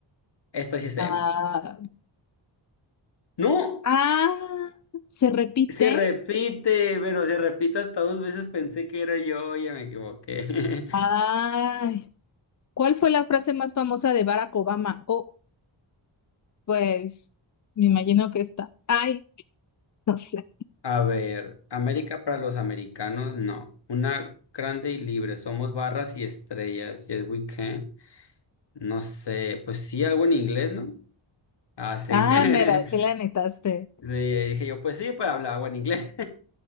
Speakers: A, on the left (about 60°); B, on the left (about 40°).
A: Esto sí sé.
B: Ah,
A: ¡No!
B: ah, se repite.
A: Se repite, pero se repite hasta dos veces. Pensé que era yo. Oye, me equivoqué.
B: Ay, ¿cuál fue la frase más famosa de Barack Obama? Oh, pues me imagino que está. Ay, no sé.
A: A ver, América para los americanos, no. Una grande y libre, somos barras y estrellas, yes we can. No sé, pues sí, algo en inglés, ¿no? Ah, sí.
B: Ah,
A: <laughs>
B: mira, sí la netaste.
A: Le dije yo, pues sí, pues hablaba en inglés.